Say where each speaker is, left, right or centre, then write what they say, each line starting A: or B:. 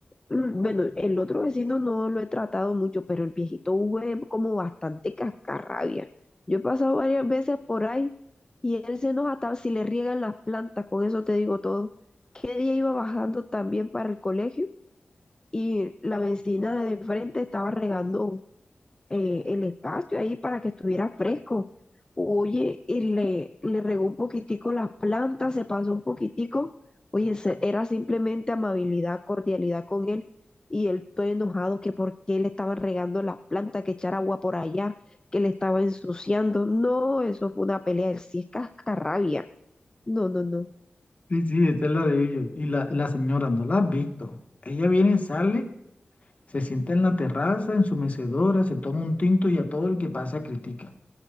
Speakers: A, on the left; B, on the left.
A: Mm, Bueno, el otro vecino no lo he tratado mucho, pero el viejito Hugo es como bastante cascarrabia. Yo he pasado varias veces por ahí y él se enoja hasta si le riegan las plantas, con eso te digo todo. ¿Qué día iba bajando también para el colegio? Y la vecina de enfrente estaba regando eh, el espacio ahí para que estuviera fresco. Oye, y le, le regó un poquitico las plantas, se pasó un poquitico. Oye, se- era simplemente amabilidad, cordialidad con él. Y él todo enojado que por qué le estaban regando las plantas, que echar agua por allá, que le estaba ensuciando. No, eso fue una pelea. Él sí es cascarrabia. No, no, no.
B: Sí, sí, esta es la de ellos. Y la, la señora, ¿no la has visto? Ella viene, sale, se sienta en la terraza, en su mecedora, se toma un tinto y a todo el que pasa critica.